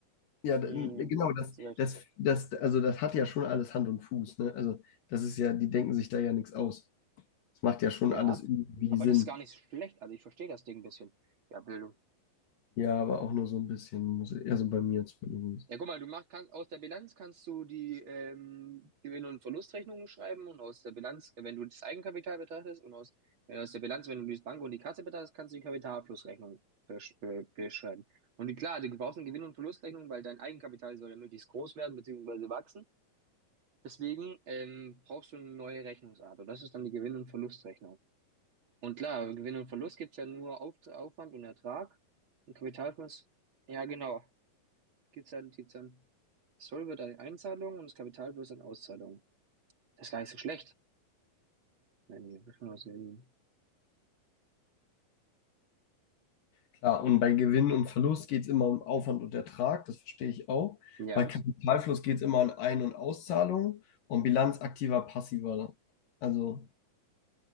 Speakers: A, on the left; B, on the right.
A: Ja, d-
B: hm,
A: n- genau, das,
B: so weit.
A: das, das, also das hat ja schon alles Hand und Fuß, ne? Also das ist ja, die denken sich da ja nichts aus. Das macht ja schon
B: Ja,
A: alles irgendwie
B: aber
A: Sinn.
B: das ist gar nicht so schlecht. Also ich verstehe das Ding ein bisschen. Ja, Bildung.
A: Ja, aber auch nur so ein bisschen, muss ich- also bei mir zumindest.
B: Ja, guck mal, du machst kann, aus der Bilanz kannst du die ähm, Gewinn- und Verlustrechnungen schreiben und aus der Bilanz, äh, wenn du das Eigenkapital betrachtest und aus, wenn aus der Bilanz, wenn du die Bank und die Kasse betrachtest, kannst du die Kapitalflussrechnung besch äh, beschreiben. Und die, klar, du brauchst eine Gewinn- und Verlustrechnung, weil dein Eigenkapital soll ja möglichst groß werden beziehungsweise wachsen. Deswegen ähm, brauchst du eine neue Rechnungsart und das ist dann die Gewinn- und Verlustrechnung. Und klar, Gewinn und Verlust gibt's ja nur Auf Aufwand und Ertrag und Kapitalfluss. Ja, genau. Gibt's dann, gibt's dann. Das Soll wird eine Einzahlung und das Kapital wird eine Auszahlung. Das ist gar nicht so schlecht. Nein, hier wird schon was sehen.
A: Klar, und bei Gewinn und Verlust geht es immer um Aufwand und Ertrag, das verstehe ich auch.
B: Ja,
A: Bei Kapitalfluss geht es immer um Ein- und Auszahlungen und Bilanz aktiver, passiver. Also,